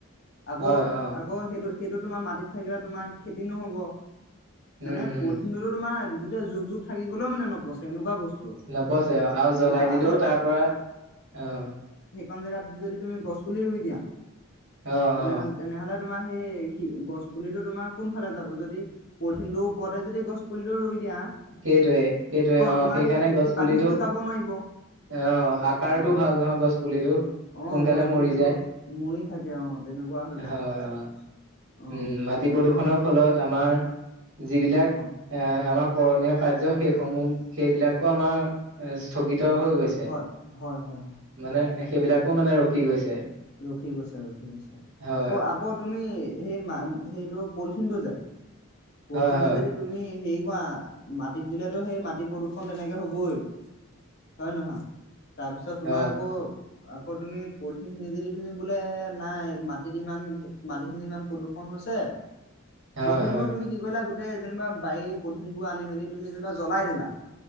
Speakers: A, on the left; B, on the right.
A: আকৌ
B: হয় অ
A: আগ কৌ সেইটো, সেইটো তোমাৰ মাটিত থাকিলে তোমাৰ খেতি নহ'ব।
B: উম
A: মানে
B: উম
A: পলথিনটো তো তোমাৰ গোট যুগ-যুগ থাকি গ'লেও মানে নপচে, এনেকুৱা বস্তু
B: নপছে অ', আৰু জ্বলাই
A: অ',
B: দিলেও
A: আকৌ
B: তাৰ পৰা, অ'
A: দুখন জেগাত যদি তুমি গছ পুলি ৰুই দিয়া
B: অ
A: তেনেহলে,
B: অ
A: তেনেহলে তোমাৰ সেই, সি গছ পুলিটো তোমাৰ কোন ফালে যাব, যদি পলথিনটোৰ ওপৰতে যদি গছ পুলিটো ৰুই দিয়া
B: সেইটোৱে-সেইটোৱে অ'
A: তোমাৰ
B: সেইকাৰণে
A: সি
B: গছ
A: শিপাখিনিতো
B: পুলিটো
A: যাব নোৱাৰিব।
B: অ', আকাৰতটো
A: অ',
B: ভাল নহয় গছ পুলিটোৰ সোনকালে
A: অ', গছ
B: মৰি
A: পুলিটো
B: যায়।
A: মৰি থাকে অ', তেনেকুৱা হৈ যায়
B: হয়! অ',
A: অ'।
B: উম', মাটি
A: সে-
B: প্ৰদূষণৰ ফলত আমাৰ যি বিলাক
A: অ',
B: এ আমাক কৰণীয় কাৰ্য সেইসমূহ, সেইবিলাকো আমাৰ, স্থগিত হৈ গৈছে,
A: হয়, হয়, হয়, হয়,
B: মানে এ সেইবিলাকো মানে ৰখি গৈছে।
A: ৰখি গৈছে, ৰখি গৈছে।
B: হয়
A: আকৌ, ‌ আকৌ তুমি সেই মা সেইটো পলিথিনটো যে পলিথিনটো
B: হয় হয়
A: যদি তুমি সেই কুৱা, মাটিত দিলেতো সেই, মাটি প্ৰদূষণ তেনেকে হ'বই হয় নহয়? তাৰপিছত তোমাৰ
B: হয়
A: আকৌ আকৌ তুমি পলিথিন খিনি যদি তুমি বোলে নাই মাটিত ইমান, মাটিখিনি ইমান প্ৰদূষন হৈছে
B: হয়
A: পলঠিন
B: হয়
A: বোৰ তুমি কি কৰিলা গোট তেই যেনিবা বাৰী পলথিন বোৰ আনি মেলি তুমি যেনিবা জ্বলাই দিলা